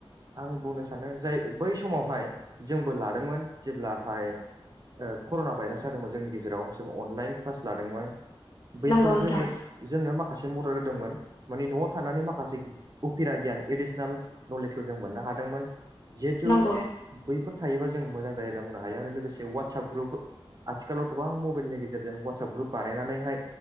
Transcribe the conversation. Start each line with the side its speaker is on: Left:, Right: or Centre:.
Right: आं बुंनो सा सानो जाय बै समावहाय जोंबो लादोंमोन जेब्लाहाय ओ कर'ना भाइरास जादोंमोन जोंनि गेजेराव जों अनलाइन क्लास लादोंमोन। बैफोर
Left: नंगौ नोंथां
Right: जोंनो जोंनो माख‌ माखासे मदद होदोंमोन माने न'आव थानानै माखासे उफिरा गियान एडिसनेल नलेजखौ जों मोननो हादोंमोन जिहेथु
Left: नंगौ
Right: बैफोर थायोबा जों मोजां जायो होनना बुंनो हायो आरो लोगोसे व्हाटसएप ग्रुप आथिखालाव गोबां मबाइलनि गेजेरजों व्हाटसएप ग्रुप बानायनानैहाय